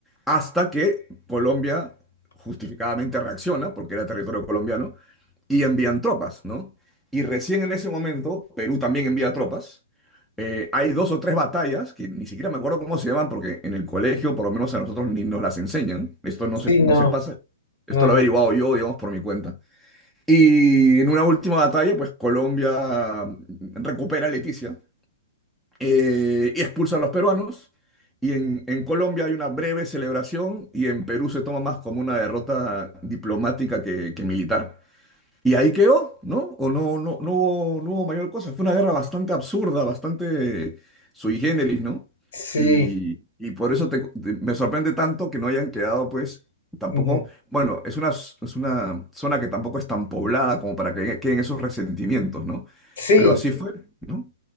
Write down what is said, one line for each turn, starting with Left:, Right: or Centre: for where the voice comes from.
Centre: hasta que Colombia justificadamente reacciona, porque era territorio colombiano, y envían tropas, ¿no? Y recién en ese momento Perú también envía tropas. Eh, hay dos o tres batallas que ni siquiera me acuerdo cómo se llaman, porque en el colegio, por lo menos a nosotros, ni nos las enseñan. Esto no
Left: Sí,
Centre: se, no
Left: no,
Centre: se pasa. Esto
Left: no,
Centre: lo
Left: no.
Centre: he averiguado yo, digamos, por mi cuenta. Y en una última batalla, pues Colombia mm, recupera a Leticia eh, y expulsa a los peruanos. Y en, en Colombia hay una breve celebración y en Perú se toma más como una derrota diplomática que, que militar. Y ahí quedó, ¿no? O no, no, no hubo, no hubo mayor cosa. Fue una guerra bastante absurda, bastante sui generis, ¿no?
Left: Sí,
Centre: Y, y por eso te- te- me sorprende tanto que no hayan quedado, pues, tampoco,
Left: mm,
Centre: bueno, es una, es una zona que tampoco es tan poblada como para que queden esos resentimientos, ¿no?
Left: sí.
Centre: Pero así fue, ¿no?